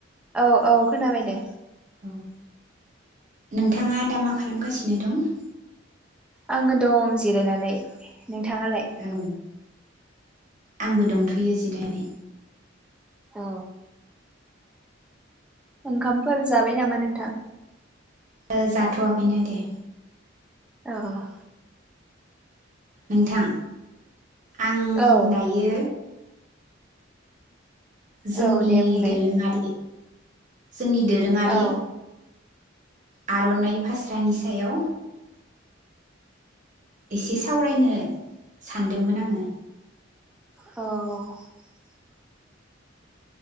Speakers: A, in the centre; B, on the right.
A: औ औ खोनाबाय दे
B: औ नोंथाङा दा मा खालामगासिनो दं
A: आङो दं जिरायनानै नोंथाङालाय
B: औ आंबो दंथ'यो जिरायनाय
A: अ ओंखामफोर जाबाय नामा नोंथां
B: ओ जाथ'वाखैनो दे
A: औ
B: नोंथां आं
A: औ
B: दायो जोंनि
A: औ दे बुंलाय
B: दोरोङारि जोंनि दोरोङारि
A: औ
B: आर'नाइ फास्रानि सायाव एसे सावरायनो सानदोंमोन आङो
A: औ